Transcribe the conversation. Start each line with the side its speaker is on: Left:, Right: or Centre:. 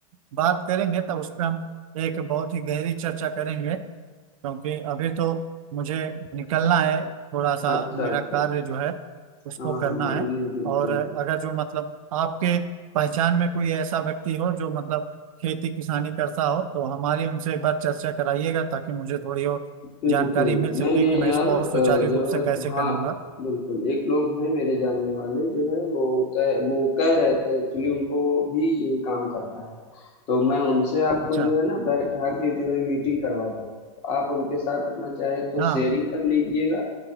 Right: बात करेंगे तब उस पर हम एक बहुत ही गहरी चर्चा करेंगे क्योंकि अभी तो मुझे निकलना है थोड़ा सा
Left: अच्छा
Right: मेरा
Left: अच्छा
Right: कार्य जो है उसको
Left: हाँ
Right: करना
Left: नहीं
Right: है
Left: नहीं बिल्कुल
Right: और अगर जो मतलब आपके पहचान में कोई ऐसा व्यक्ति हो जो मतलब खेती किसानी करता हो तो हमारी उनसे एक बार चर्चा कराइएगा ताकि मुझे थोड़ी और
Left: बिल्कुल।
Right: जानकारी मिल सके
Left: नहीं, नहीं
Right: कि मैं
Left: यार
Right: इसको
Left: अ,
Right: और सुचारू
Left: जो
Right: रूप
Left: है
Right: से कैसे
Left: हाँ,
Right: करूंगा
Left: बिल्कुल। एक लोग हैं मेरे जानने वाले जो है वो कह वो कह रहे थे एक्चुअली उनको भी यही काम करना है। तो मैं उनसे आपको
Right: अच्छा
Left: जो है ना बैठा के जो है मीटिंग करवा दूँगा। आप उनके साथ अपना चाहे तो
Right: हाँ
Left: शेयरिंग कर लीजिएगा